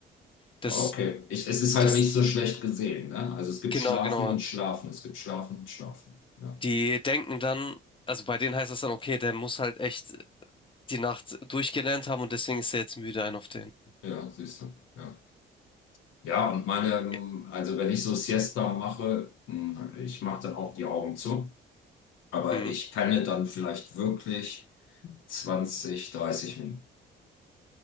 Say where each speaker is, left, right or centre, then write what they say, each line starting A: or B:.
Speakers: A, on the left; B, on the left.
A: Das,
B: Okay, ich, es ist halt
A: das,
B: nicht so schlecht gesehen, ne? Also es gibt
A: genau,
B: Schlafen
A: genau.
B: und Schlafen, es gibt Schlafen und Schlafen. Ja,
A: Die denken dann, also bei denen heißt das dann, okay, der muss halt echt die Nacht durchgelernt haben und deswegen ist er jetzt müde, ein auf den.
B: ja, siehst du, ja. Ja, und meine, ähm,
A: Ja.
B: also wenn ich so Siesta mache, mh, ich mache dann auch die Augen zu. Aber
A: Mhm.
B: ich penne dann vielleicht wirklich 20 30 Minuten.